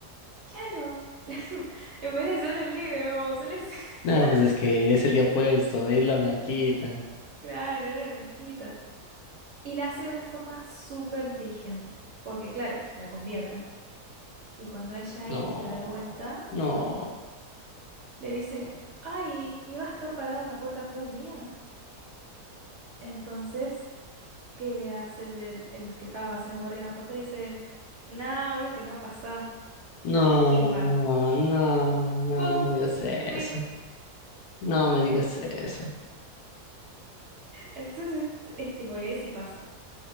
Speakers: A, on the right; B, on the left.
A: claro, <laughs> en vez de ser el negro, como suele ser, <laughs>
B: No, pues es que es el día puesto, es la blanquita.
A: claro, era la Blanquita. Y la hace de una forma súper inteligente, porque claro, la convierten. Y cuando ella
B: No,
A: entra de vuelta,
B: no.
A: le dice, ay, ¿y vas a estar parado en la puerta todo el día? Entonces, ¿qué le hace el, del- el que estaba haciendo guardia en la puerta? Le dice, nah, obvio que no pasa,
B: No,
A: pimba,
B: no, no,
A: pum,
B: no me digas eso.
A: pim.
B: No me digas eso.
A: Entonces, es, es tipo, y ahí sí pasan.